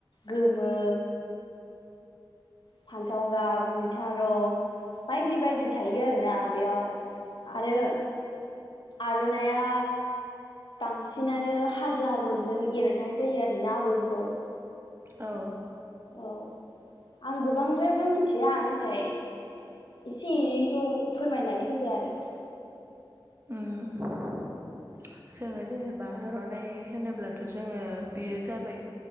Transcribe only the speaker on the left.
गोमो फान्थाव गाब मैथा रं बायदि बायदि थायो आरो। बेयाव आरो आर'नाया बांसिनानो हाजो आगरजों एरनाय जायो आरोना आगरखौ
औ आं गोबांद्रायबो मिथिया नाथाय एसे एनैखौ फोरमायनानै होबाय आरो